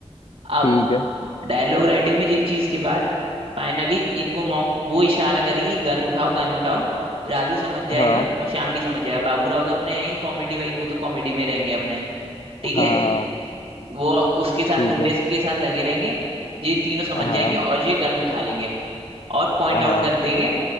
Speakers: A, on the right; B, on the left.
A: अब
B: ठीक है
A: डायलॉग राइटिंग में ये चीज के बाद फाइनली इनको मौक वो इशारा करेगी गन उठाओ गन उठाओ राजू समझ जाएगा
B: हाँ
A: और श्याम भी समझ जाएगा बाबू राव तो अपने हैं ही कॉमेडी भाई वो तो कॉमेडी में रहेंगे अपने ठीक
B: हाँ
A: है वो उसके साथ
B: ठीक
A: गुंडे
B: है
A: से- के साथ लगे रहेंगे ये तीनों समझ
B: हाँ
A: जाएंगे और ये गन उठा लेंगे और पॉइंट
B: हाँ
A: आउट कर देंगे